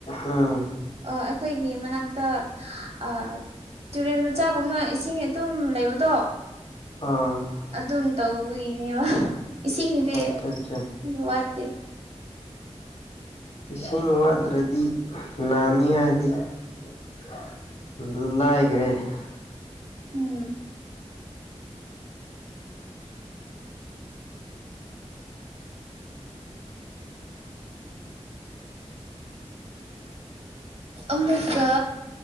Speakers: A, on the left (about 65°); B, on the right (about 65°).
A: ꯎꯝ
B: ꯑ ꯑꯩꯈꯣꯏꯒꯤ ꯃꯅꯥꯛꯇ ꯑꯥ ꯇꯨꯔꯦꯟ ꯃꯆꯥꯒꯨꯝꯅ ꯏꯁꯤꯡ ꯑꯗꯨꯝ ꯂꯩꯕꯗꯣ
A: ꯑꯥ
B: ꯑꯗꯨꯝ ꯇꯧꯕꯒꯤꯅꯦꯕ ꯏꯁꯤꯡꯗꯤ
A: ꯑꯠꯆꯥ ꯑꯠꯆꯥ
B: <unintelligible>
A: ꯏꯁꯤꯡ ꯋꯥꯠꯇ꯭ꯔꯗꯤ ꯅꯥꯅꯤꯉꯥꯏꯗꯤ <unintelligible>
B: ꯎꯝ <inaudible> ꯑꯃꯨꯛꯀ